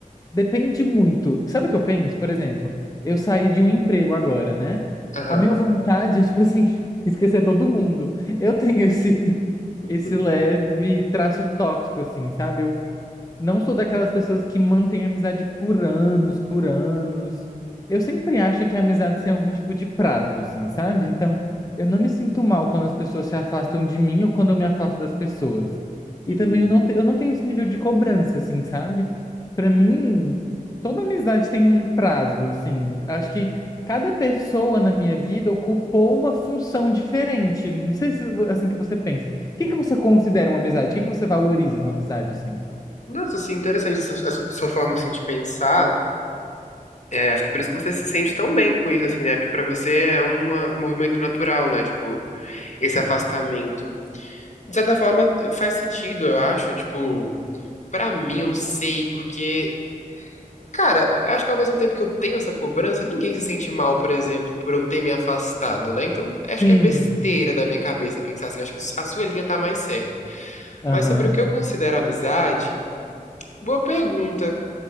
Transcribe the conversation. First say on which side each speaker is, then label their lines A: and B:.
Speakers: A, on the left (about 25°); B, on the left (about 55°).
A: depende muito. Sabe o que eu penso? Por exemplo, eu saí de um emprego agora, né?
B: Aham.
A: A minha vontade é, tipo assim, <laughs> esquecer todo mundo. Eu tenho esse, <laughs>
B: Uhum.
A: esse leve traço tóxico, assim, sabe? Eu não sou daquelas pessoas que mantêm amizade por anos, por anos. Eu sempre acho que a amizade tem algum tipo de prazo, assim, sabe? Então, eu não me sinto mal quando as pessoas se afastam de mim ou quando eu me afasto das pessoas. E
B: Uhum.
A: também eu não, te- eu não tenho esse nível de cobrança, assim, sabe? Pra mim, toda amizade tem um prazo, assim. Acho que cada pessoa na minha vida ocupou uma função diferente. Não sei se é assim que você pensa. O que que você considera uma amizade? O que que você valoriza numa amizade, assim?
B: Nossa, assim, interessante essa, essa sua forma, assim, de pensar. É, acho que por isso que você se sente tão bem com isso, assim, né? Porque pra você é uma, um movimento natural, né? Tipo, esse afastamento. De certa forma, faz sentido, eu acho. Tipo, pra mim, eu não sei, porque... Cara, eu acho que ao mesmo tempo que eu tenho essa cobrança, ninguém se sente mal, por exemplo, por eu ter me afastado, né? Então, acho
A: Sim.
B: que é besteira da minha cabeça pensar assim. Acho que a sua linha tá mais certa.
A: Aham.
B: Mas sobre o que eu considero amizade, boa pergunta.